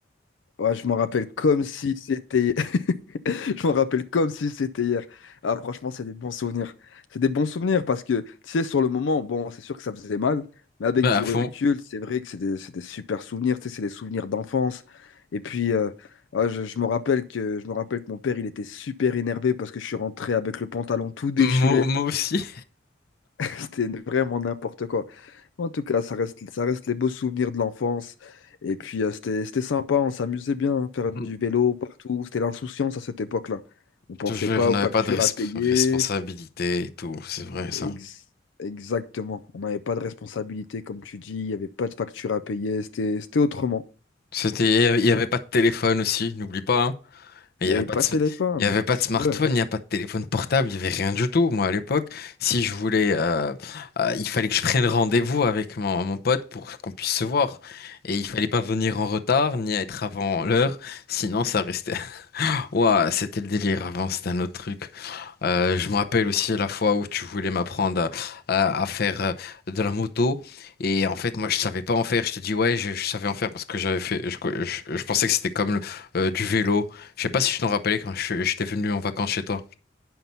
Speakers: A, on the left; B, on the left.
A: Ouais, je m'en rappelle comme si c'était. <laughs> Je m'en rappelle comme si c'était hier. Ah, franchement, c'est des bons souvenirs. C'est des bons souvenirs parce que, tu sais, sur le moment, bon, c'est sûr que ça faisait mal, mais avec
B: à
A: du
B: fond.
A: recul, c'est vrai que c'est des, c'est des super souvenirs. Tu sais, c'est des souvenirs d'enfance. Et puis, euh, ah, je, je me rappelle que, je me rappelle que mon père, il était super énervé parce que je suis rentré avec le pantalon tout déchiré.
B: Moi, moi aussi.
A: C'était vraiment n'importe quoi. En tout cas, ça reste, ça reste les beaux souvenirs de l'enfance. Et puis, euh, c'était, c'était sympa, on s'amusait bien, faire du
B: Mm.
A: vélo partout. C'était l'insouciance à cette époque-là. On
B: Je
A: pensait
B: te jure,
A: pas
B: on n'avait
A: aux factures
B: pas de resp-
A: à payer.
B: responsabilité et tout, c'est vrai ça.
A: Ex- exactement. On n'avait pas de responsabilité, comme tu dis. Il n'y avait pas de factures à payer. C'était, c'était autrement.
B: C'était, il n'y avait pas de téléphone aussi, n'oublie pas, hein. Il
A: Il
B: n'y
A: n'y
B: avait
A: avait
B: pas
A: pas
B: de, sm-
A: de téléphone.
B: il y avait pas
A: C'est
B: de smartphone,
A: vrai.
B: il n'y a pas de téléphone portable, il n'y avait rien du tout. Moi, à l'époque, si je voulais, euh, euh, il fallait que je prenne rendez-vous avec mon, mon pote pour qu'on puisse se voir. Et il fallait pas venir en retard, ni être avant l'heure, sinon ça restait. <laughs> Ouah, c'était le délire avant, c'était un autre truc. Euh, je me rappelle aussi la fois où tu voulais m'apprendre à, à- à faire euh, de la moto et en fait moi je savais pas en faire. Je te dis ouais je, je savais en faire parce que j'avais fait. Je, je- je pensais que c'était comme le- euh, du vélo. Je sais pas si je t'en rappelais quand je- j'étais venu en vacances chez toi.